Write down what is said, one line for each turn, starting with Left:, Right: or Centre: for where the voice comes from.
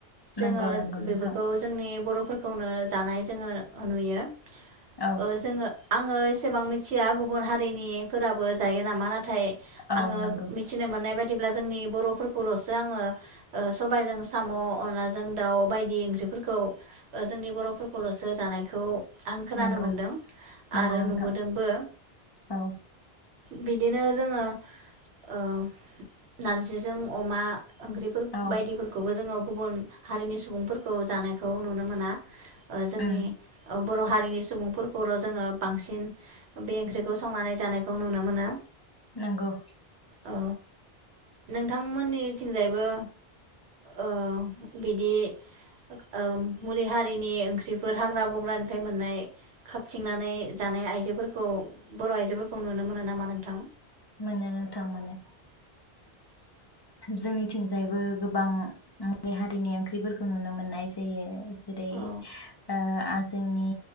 Right: जोङो
Left: नंगौ नंगौ नोंथां
Right: बेफोरखौ जोंनि बर'फोर खौनो जानाय जोङो नुयो
Left: औ
Right: ओ जोङो आङो एसेबां मिथिया गुबुन हारिनि फोराबो जायो नामा ना थाय आङो
Left: औ नंगौ
Right: मिथिनो मोननाय बाय दिब्ला जोंनि बर'फोरखौल'सो आङो सबायजों साम' अनलाजों दाउ बायदि ओंख्रिफोरखौ जोंनि बर'फोरखौल'सो जानायखौ आं खोनानो
Left: नंगौ
Right: मोनदों
Left: नंगौ
Right: आरो
Left: नोंथां
Right: नुबोदोंबो
Left: औ
Right: बिदिनो जोङो ओ नारजिजों अमा ओंख्रिफोर
Left: औ
Right: बायदिफोरखौबो जोङो गुबुन हारिनि सुबुंफोरखौ जानायखौ नुनो मोना ओ जोंनि
Left: उम
Right: औ बर' हारिनि सुबुंफोरखौल' जोङो बांसिन बे ओंख्रिखौ संनानै जानाय खौ नुनो मोनो।
Left: नंगौ
Right: ओ नोंथांमोननिथिंजायबो ओ बिदि ओ मुलि हारिनि ओंख्रिफोर हाग्रा बंग्रानिफ्राय मोननाय खाबथिंनानै जानाय आइजोफोरखौ बर' आइजोफोर खौ नुनो मोनो नामा नोंथां?
Left: मोनो नोंथां मोनो। जोंनिथिंजायबो गोबां मुलि हारिनि ओंख्रिफोरखौ नुनो मोननाय जायो जेरै-
Right: औ
Left: ओ जोंनि